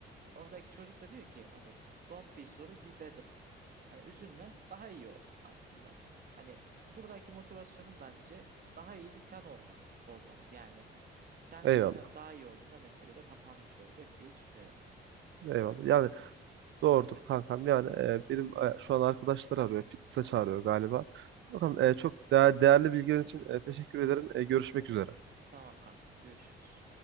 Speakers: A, on the right; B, on the right.
A: Oradaki çocuk da diyor ki hani don't be sorry be better. Hani üzülme daha iyi ol aslında. Hani buradaki motivasyonun bence daha iyi bir sen olmak olmalı. Yani sen
B: ben.
A: zaten
B: Eyvallah.
A: daha iyi olduğunda mesele de kapanmış olacak diye düşünüyorum. Doğru
B: Eyvallah.
A: mudur?
B: Yani doğrudur kankam. Yani e, benim e, şu an arkadaşlar arıyor. Fitness'e çağırıyor galiba. Bakalım
A: Tamam.
B: e, çok değer- değerli bilgilerin için e, teşekkür ederim. E, görüşmek üzere.
A: Tamam kankam görüşürüz.